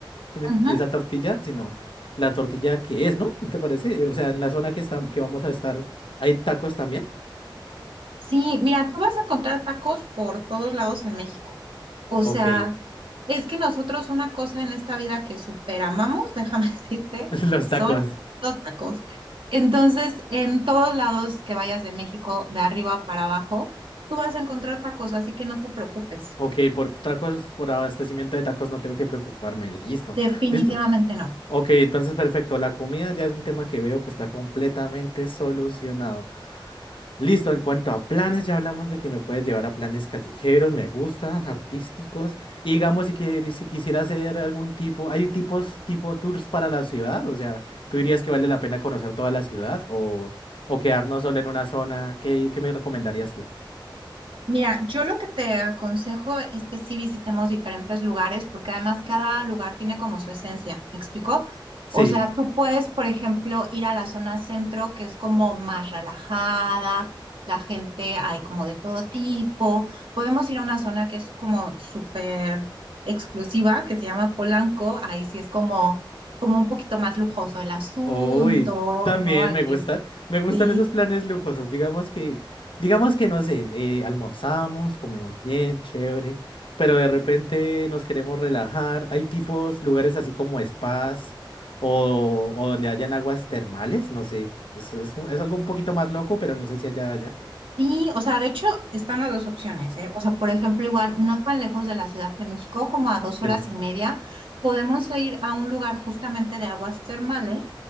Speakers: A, on the left; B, on the right.
A: ¿sí me-
B: ujú.
A: de esa tortilla, sino la tortilla que es, ¿no? ¿Te parece? O sea, en la zona que, está, que vamos a estar, ¿hay tacos también?
B: Sí, mira, tú vas a encontrar tacos por todos lados en México. O sea,
A: Ok,
B: es que nosotros una cosa en esta vida que superamamos, déjame <laughs> decirte,
A: <laughs> los
B: son
A: tacos.
B: los tacos. Entonces, en todos lados que vayas de México, de arriba para abajo, tú vas a encontrar tacos, así que no te preocupes.
A: Ok, por tacos, por abastecimiento de tacos no tengo que preocuparme. Listo,
B: Definitivamente
A: listo.
B: no.
A: Ok, entonces perfecto. La comida ya es un tema que veo que está completamente solucionado. Listo, en cuanto a planes, ya hablamos de que me puedes llevar a planes callejeros, me gusta, artísticos. Y digamos, si, que, si quisiera hacer algún tipo, hay tipos, tipo tours para la ciudad, o sea, ¿tú dirías que vale la pena conocer toda la ciudad o, o quedarnos solo en una zona? ¿Qué, qué me recomendarías tú?
B: Mira, yo lo que te aconsejo es que sí visitemos diferentes lugares, porque además cada lugar tiene como su esencia, ¿me explicó?
A: Sí.
B: O sea, tú puedes, por ejemplo, ir a la zona centro, que es como más relajada, la gente hay como de todo tipo. Podemos ir a una zona que es como súper exclusiva, que se llama Polanco, ahí sí es como, como un poquito más lujoso el asunto,
A: Uy, también
B: ¿no? Aquí
A: me gusta, me gustan
B: sí.
A: esos planes lujosos. Digamos que, digamos que no sé, eh, almorzamos, comemos bien, chévere, pero de repente nos queremos relajar. Hay tipos, lugares así como spas o, o donde hayan aguas termales, no sé. Es, es, es algo un poquito más loco, pero no sé si allá haya.
B: Sí, o sea, de hecho están las dos opciones, ¿eh? O sea, por ejemplo, igual no tan lejos de la Ciudad de México, como a dos
A: Sí.
B: horas y media, podemos ir a un lugar justamente de aguas termales,